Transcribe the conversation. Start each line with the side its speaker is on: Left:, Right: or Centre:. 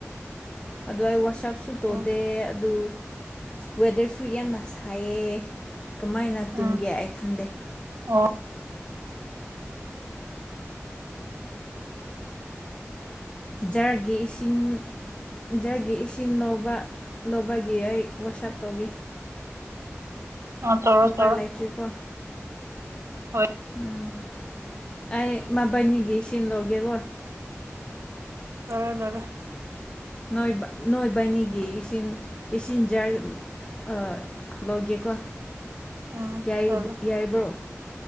Left: ꯑꯗꯨ ꯑꯩ ꯋꯥꯁꯞꯁꯨ ꯇꯧꯗꯦ
Right: ꯑꯣ
Left: ꯑꯗꯨ ꯋꯦꯗ꯭ꯔꯁꯨ ꯌꯥꯝꯅ ꯁꯥꯏꯌꯦ ꯀꯃꯥꯏꯅ ꯇꯨꯝꯒꯦ
Right: ꯑꯥ
Left: ꯑꯩ ꯈꯟꯗꯦ
Right: ꯑꯣ
Left: ꯖꯥꯔꯒꯤ ꯏꯁꯤꯡ ꯖꯥꯔꯒꯤ ꯏꯁꯤꯡ ꯂꯧꯕ ꯂꯧꯕꯒꯤ ꯑꯩ ꯋꯥꯁꯞ ꯇꯧꯒꯦ
Right: <inaudible> ꯇꯧꯔꯣ
Left: ꯎꯄꯥꯏ
Right: ꯇꯧꯔꯣ
Left: ꯂꯩꯥꯇ꯭ꯔꯤꯀꯣ
Right: ꯍꯣꯏ
Left: ꯎꯝ ꯑꯩ ꯃꯕꯥꯟꯅꯤꯒꯤ ꯏꯁꯤꯡ ꯂꯧꯒꯦꯀꯣ
Right: ꯂꯧꯔꯣ ꯂꯧꯔꯣ
Left: ꯅꯣꯏꯕ ꯅꯣꯏꯕꯅꯤꯒꯤ ꯏꯁꯤꯡ ꯏꯁꯤꯡ ꯖꯥꯔ ꯑ ꯂꯧꯒꯦꯀꯣ
Right: ꯎꯝ
Left: ꯌꯥꯏ
Right: ꯂꯧꯔꯣ
Left: ꯌꯥꯏꯕ꯭ꯔꯣ